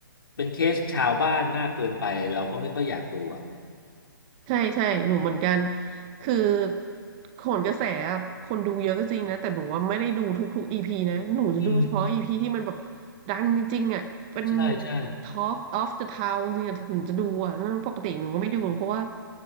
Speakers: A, on the left; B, on the right.
A: เป็นเคสชาวบ้านมากเกินไปเราก็ไม่ค่อยอยากดูอะ
B: ใช่ใช่หนูเหมือนกันคือโขนกระแสอะคนดูเยอะก็จริงนะแต่หนูว่าไม่ได้ดูทุกๆอีพีนะหนูจะดูเฉพาะอีพีที่มันแบบ
A: อืม
B: ดังจริงๆอ่ะเป็น
A: ใช่ใช่
B: Talk of the Town จริงๆอะถึงจะดูอ่ะแล้วปกติหนูก็ไม่ดูเพราะว่า